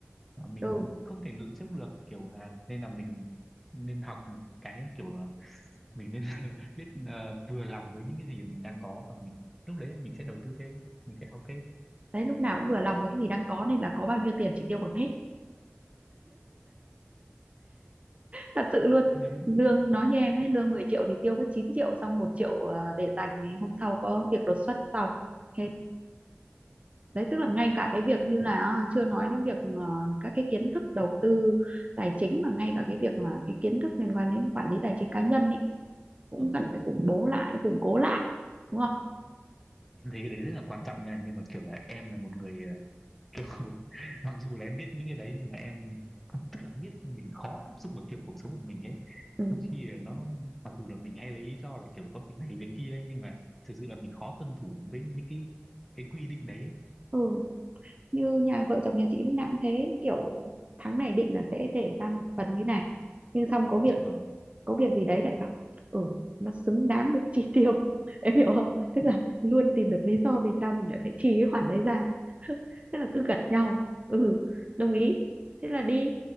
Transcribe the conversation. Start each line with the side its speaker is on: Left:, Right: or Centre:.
Centre: mà mình
Right: ừ
Centre: không thể lường trước được kiểu là nên là mình nên học một cái kiểu là mình nên <laughs> biết ờ, vừa lòng với những cái gì mà mình đang có và mình lúc đấy mình sẽ đầu tư thêm mình sẽ học thêm
Right: đấy lúc nào cũng vừa lòng với cái gì đang có nên là có bao nhiêu tiền chị tiêu bằng hết thật sự luôn
Centre: nên là,
Right: lương nói như em ấy lương 10 triệu thì tiêu mất 9 triệu xong một triệu ờ, để dành thì hôm sau có việc đột xuất xong hết đấy tức là ngay cả cái việc như là ờ, chưa nói đến việc ờ, các cái kiến thức đầu tư tài chính mà ngay cả cái việc mà cái kiến thức liên quan đến quản lý tài chính cá nhân ý, cũng
Centre: vâng,
Right: cần phải củng bố lại củng cố lại đúng không
Centre: em thấy cái đấy rất là quan trọng nha nhưng mà kiểu là em là một người ờ, <laughs> kiểu mặc dù là em biết những cái đấy nhưng mà em cũng tức là biết nhưng mình khó áp dụng vào kiểu cuộc sống của mình ấy
Right: ừ.
Centre: đôi khi là nó mặc dù là mình hay lấy lý do là kiểu có việc này việc kia ấy nhưng mà thực sự là mình khó tuân thủ với những cái cái quy định đấy ấy.
Right: ừ như nhà vợ chồng nhà chị lúc nào cũng thế kiểu tháng này định là sẽ để ra một phần như này nhưng xong có việc
Centre: Dạ vâng,
Right: có việc gì đấy lại bảo ừ nó xứng đáng được chi tiêu <laughs> em hiểu không tức là luôn tìm được lý do vì sao mình lại phải chi cái khoản đấy ra <laughs> tức là cứ gật nhau ừ đồng ý thế là đi